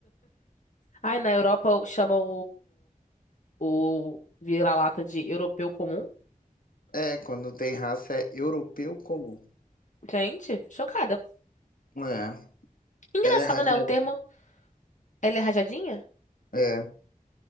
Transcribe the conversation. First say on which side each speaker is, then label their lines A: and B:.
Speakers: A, on the left; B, on the left.
A: Ai, na Europa chamam o vira-lata de europeu comum.
B: É, quando não tem raça é europeu comum.
A: Gente, chocada.
B: É,
A: Engraçado,
B: ela é rajada.
A: né? O termo, ela é rajadinha?
B: É.